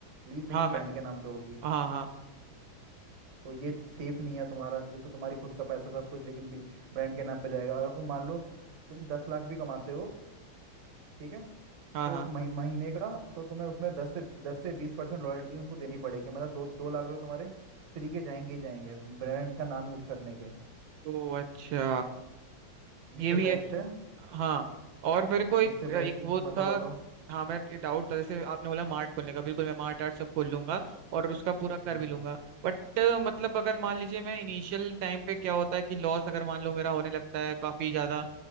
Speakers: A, on the right; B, on the right.
A: लीज लेकिन
B: हाँ
A: ब्रांड
B: मैं
A: के नाम पे होगी
B: हाँ हाँ
A: तो ये सेफ नहीं है तुम्हारा एक तो तुम्हारी खुद का पैसा सब कुछ लेकिन ब्रांड के नाम पे जाएगा अगर तुम मान लो तुम दस लाख भी कमाते हो ठीक है
B: हाँ
A: तो
B: हाँ
A: मही, महीने का तो तुम्हें उसमें दस से दस से बीस परसेंट रॉयल्टी उनको देनी पड़ेगी मतलब दो दो लाख रुपए तुम्हारे फ्री के जाएंगे ही जाएंगे ब्रांड का नाम यूज करने के
B: तो अच्छा
A: इससे
B: ये भी
A: बेस्ट
B: है
A: है
B: हाँ
A: आ,
B: और मेरे को एक
A: इससे
B: एक
A: बेस्ट ही
B: वो
A: हाँ
B: था
A: बताओ बताओ
B: हाँ मैं डाउट था जैसे आपने बोला मार्ट खोलने का बिल्कुल मैं मार्ट आर्ट सब खोल लूंगा और उसका पूरा कर
A: हम्म
B: भी लूंगा बट मतलब अगर मान लीजिए मैं इनिशियल टाइम पे क्या होता है कि लॉस अगर मान लो मेरा होने लगता है काफी ज्यादा